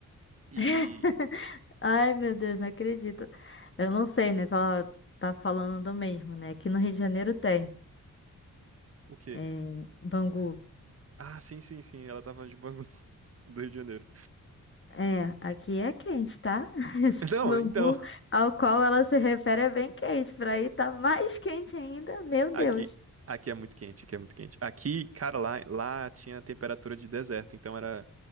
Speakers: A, on the right; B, on the left.
A: E
B: <laughs> Ai, meu Deus, não acredito. Eu não sei, né? Só tá falando do mesmo, né? Aqui no Rio de Janeiro tem.
A: o quê?
B: É, Bangu.
A: Ah, sim, sim, sim, ela tava falando de Bangu <laughs> do Rio de Janeiro.
B: É, aqui é quente, tá? <laughs> Esse
A: Não,
B: mangu
A: então,
B: ao qual ela se refere é bem quente. Por aí tá mais quente ainda, meu
A: aqui
B: Deus.
A: aqui é muito quente, aqui é muito quente. Aqui, cara, lá lá tinha temperatura de deserto, então era